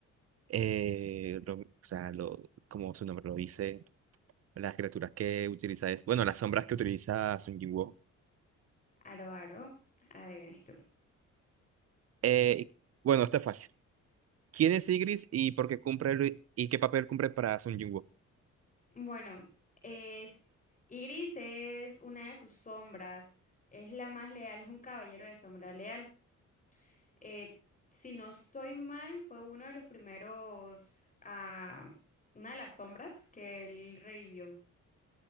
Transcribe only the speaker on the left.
Aro, aro. Ahora vienes tú.
Bueno, es... Ygritte es una de sus sombras. Es la más leal, es un caballero de sombra leal. Eh, si no estoy mal, fue uno de los primeros... ah, una de las sombras que él revivió.